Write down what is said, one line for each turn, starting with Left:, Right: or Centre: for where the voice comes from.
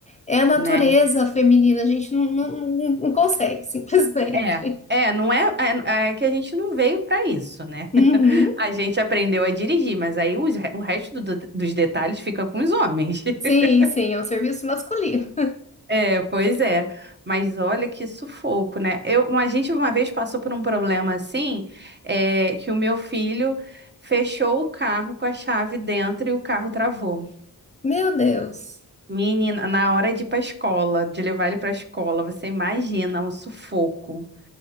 Left: é a natureza
Right: né?
Left: feminina, a gente não, não, não- não consegue, <laughs> simplesmente.
Right: É. É, não é, é, é que a gente não veio pra isso, né?
Left: Uhum.
Right: <laughs> A gente aprendeu a dirigir, mas aí os re- o resto do- dos detalhes fica com os homens. <laughs>
Left: Sim, sim, é um serviço masculino.
Right: É, pois é. Mas olha que sufoco, né? Eu, a gente uma vez passou por um problema assim, é, que o meu filho fechou o carro com a chave dentro e o carro travou.
Left: Meu Deus.
Right: Menina, na hora de ir pra escola, de levar ele pra escola, você imagina o sufoco.